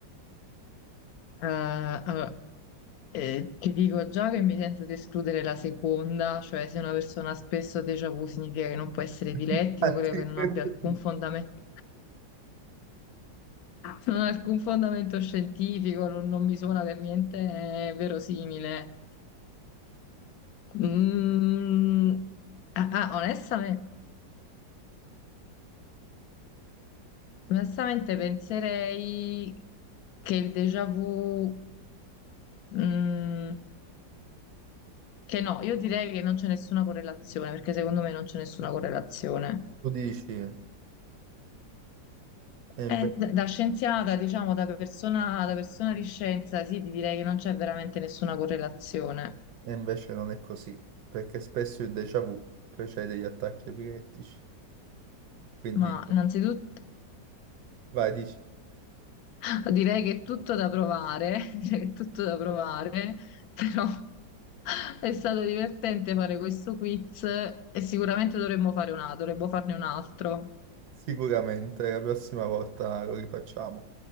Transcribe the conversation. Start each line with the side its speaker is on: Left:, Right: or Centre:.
Left: eh, allora, eh, ti dico già che mi sento di escludere la seconda, cioè se una persona spesso ha déjà vu significa che non può essere epilettico,
Right: Infatti,
Left: credo che non
Right: <laughs>
Left: abbia alcun fondamento Non ha alcun fondamento scientifico, non, non mi suona per niente eh, verosimile. Mm, ah, ah, onestamente, onestamente penserei che il déjà vu, mm, che no, io direi che non c'è nessuna correlazione, perché secondo me non c'è nessuna correlazione.
Right: Tu dici, e inve-
Left: Eh, da, da scienziata, diciamo, da persona, da persona di scienza, sì, ti direi che non c'è veramente nessuna correlazione.
Right: e invece non è così, perché spesso il déjà vu precede gli attacchi epilettici. Quindi,
Left: Ma innanzitutto.
Right: vai, dici,
Left: <laughs> Direi che è tutto da provare, <laughs> direi che è tutto da provare, però <laughs> è stato divertente fare questo quiz e sicuramente dovremmo fare un altro, dovremmo farne un altro.
Right: sicuramente la prossima volta lo rifacciamo.